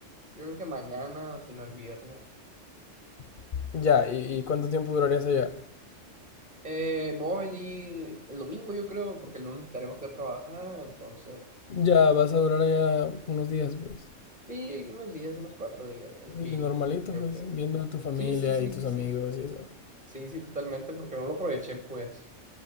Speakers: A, on the right; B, on the left.
A: Yo creo que mañana o si no el viernes.
B: Ya, ¿y, y cuánto tiempo durarías allá?
A: Eh, me voy a venir el domingo, yo creo, porque el lunes tenemos que trabajar. Entonces,
B: Ya, vas a durar allá unos días, pues.
A: sí, unos días, unos cuatro días, el fin,
B: Y normalito,
A: yo
B: pues,
A: creo.
B: viendo a tu familia
A: Sí, sí, sí,
B: y tus
A: sí, sí.
B: amigos y eso.
A: Sí, sí, totalmente, porque no lo aproveché, pues.